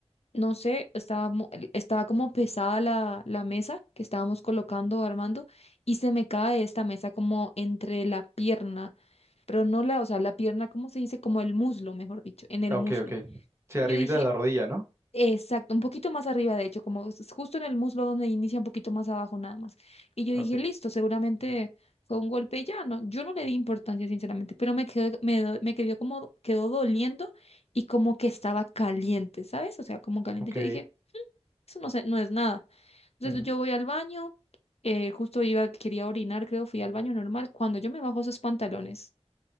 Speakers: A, on the left; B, on the right.
A: no sé, estaba, mo- estaba como pesada la, la mesa que estábamos colocando, armando, y se me cae esta mesa como entre la pierna pero no la, o sea, la pierna, ¿cómo se dice? Como el muslo, mejor dicho, en el
B: Ah,
A: muslo.
B: Ok, ok. Sí, arribita
A: Y yo dije,
B: de la rodilla, ¿no?
A: exacto, un poquito más arriba, de hecho, como es justo en el muslo donde inicia un poquito más abajo nada más. Y yo
B: Ok,
A: dije, listo, seguramente fue un golpe y ya, no, yo no le di importancia, sinceramente, pero me quedó, me, do- me quedó como, quedó doliendo y como que estaba caliente, ¿sabes? O sea, como caliente.
B: ok.
A: Yo dije, eso no sé, no es nada. Entonces
B: Ujú.
A: yo voy al baño. eh, justo iba, quería orinar, creo, fui al baño normal. Cuando yo me bajo esos pantalones,